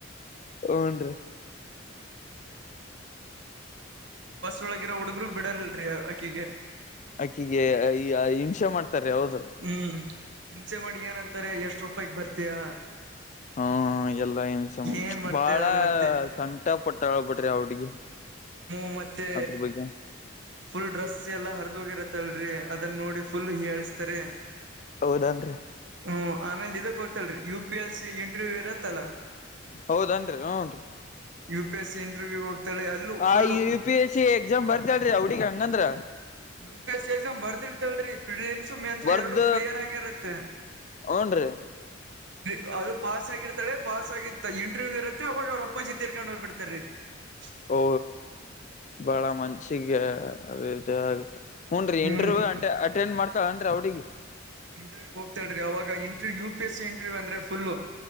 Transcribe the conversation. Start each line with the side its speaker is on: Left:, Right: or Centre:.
Left: ಹ್ಮು ನ್ರಿ.
Right: ರೂಳಗಿರ ಹುಡುಗ್ರು ಬಿಡಲ್ರಿ ಆಕಿಗೆ.
Left: ಅಕ್ಕಿಗೆ ಹಿಂಸೆ ಮಾಡ್ತಾರ್ರೀ ಹೌದು.
Right: ಹ್ಮ್ ಹಿಂಚಸೆ ಮಾಡಿ ಏನಂತಾರೆ ಎಷ್ಟು ರೂಪಾಯ್ಗೆ ಬರ್ತೀಯಾ?
Left: ಹ್ಮ ಎಲ್ಲಾ ಹಿಂಸೆ
Right: ಏನ್ ಮಾಡ್ತಯ
Left: ಬಾಳ
Right: ಮತ್ತೆ
Left: ಸಂಕ್ಟ ಪಟ್ಟಳ್ಬಿಡ್ರಿ ಆ ಹುಡ್ಗಿ.
Right: ಹ್ಮ ಮತ್ತೆ
Left: ಅದ್ರ ಬಗ್ಗೆ
Right: ಫುಲ್ ಡ್ರೆಸ್ ಎಲ್ಲ ಹರದೋಗಿರತ್ತಲ್ರರಿ ಅದನ್ನ ನೋಡಿ ಫುಲ್ ಇಯಾಳಿಸ್ತರೆ.
Left: ಹೌದನ್ರಿ.
Right: ಹ್ಮ ಆಮೇಲೆ ಇದಕ್ಕೋಗ್ತಾಳ್ರಿ U P L C interview ಇರತ್ತಲ್ಲಾ
Left: ಹೌದನ್ರಿ ಹೂಂನ್ರಿ.
Right: U P S C interview ಹೋಗ್ತಾಳೆ. ಅಲ್ಲೂ full
Left: ಆ U P S C exam ಬರ್ದಾಳ್ರಿ ಹಂಗಂದ್ರ
Right: U P S C exam ಬರ್ದಿತ್ತಾಳ್ರಿ ಪ್ರಿಲಿಮ್ ಸು ಮೇನ್ಸು
Left: ಬರ್ದ
Right: ಎರಡು ಕ್ಲಿಯರ್ ಆಗಿರುತ್ತೆ.
Left: ಹೂನ್ರಿ
Right: ರೀ ಅದು ಪಾಸ್ ಆಗಿರ್ತಾಳೆ ಪಾಸಾಗಿ ಇಂಟ್ರವ್ಯ್ ಇರುತ್ತೆ ಅವಾಗ ಅವ್ರ ಅಪ್ಪಾಜಿ ತೀರ್ಕೊಂಡ್ಹೋಗ್ ಬಿಡ್ತಾರ್. ರೀ ಹ
Left: ಓ ಬಾಳ ಮನ್ಸಿಗೆ ಅದ ಬೇಜಾರಾಗುತ್ತೆ ಹ್ಮು ನ್ರಿ
Right: ಹ್ಮ್
Left: ಇಂಟರ್ವ್ಯೂ ಅಟೆಂಡ್ ಮಾಡ್ತಾಳ್ ಅಂದ್ರೆ ಆ ಹುಡುಗಿ.
Right: ಇಂಟರ್ವ್ಯ್ ಹೋಗತಾಳ್ರೀ ಅವಾಗ ಇಂಟರ್ವ U P S C interview ಅಂದ್ರೆ ಫುಲ್ಲು